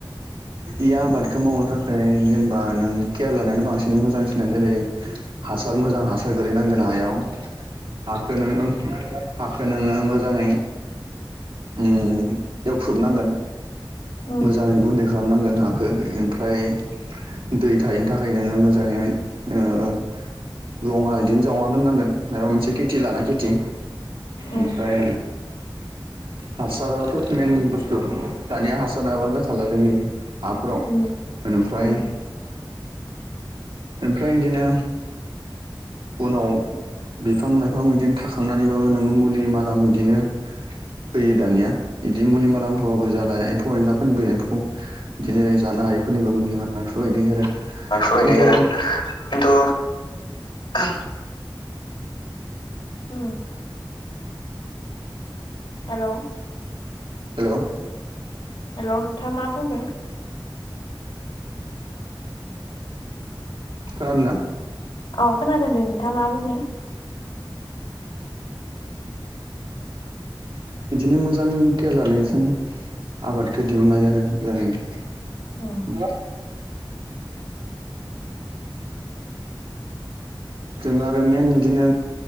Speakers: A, on the right; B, on the left.
A: इ आबादखौ मावनो थाखाय जेनेबा नों केयार लानो बांसिन मोजांसिन जेरै हासार मोजां हासार गोलैनांगोन हायाव हाखो नोङो हाखो नोङो मोजाङै ओ एवख्रुबनांगोन
B: उम
A: मोजाङै गुन्दै खालामनांगोन हखौ ओमफ्राय दै थाहनो थाखाय नोङो मोजाङै ओ लङा बिदिनो जावना दोननांगोन माबा मोनसे खेथि लाना खेथि
B: उम
A: ओनफ्राय हासाराथ' मेन बुस्थु दानिया हासार नाबानो जाखाला जोंनि हाफोराव
B: उम
A: बेनिफ्राय
B: उम
A: ओमफ्राय बिदिनो उनाव बिफां लाइफां बिदिनो थाखांनानैबाबो नोङो मुलि मादाम बिदिनो होयो दानिया बिदि मुलि माला होबाबो जालाया एम्फौ एनलाफोरनिबो एम्फौ बिदिनो ज हायोफोरनिबो मुलि बेफोरबायायदि आरो
B: <inaudible>
A: खिन्थु
B: खिन्थु औ उम हेल'
A: हेल'
B: हेल' नोंथाङा मा बुंदों
A: खोनादोना
B: औ खोनादोंदो नोंथाङा मा बुंनो
A: बिदिनो मोजां खेेलनायजों आबादखौ दिहनाय आरो ज
B: उम
A: जों आरो मेइन बिदिनो